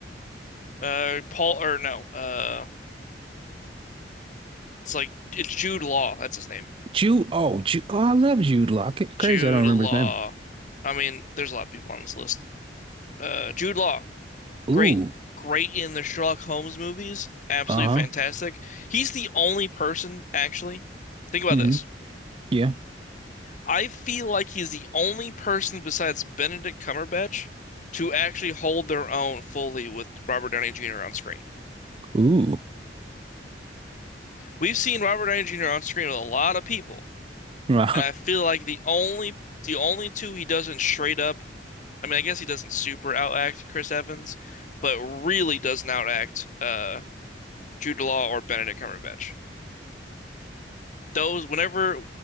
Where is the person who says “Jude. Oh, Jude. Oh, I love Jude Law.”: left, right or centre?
Right